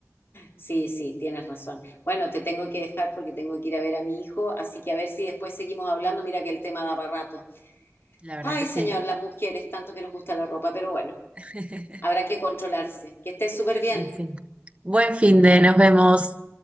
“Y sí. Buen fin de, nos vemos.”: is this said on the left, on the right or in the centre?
Right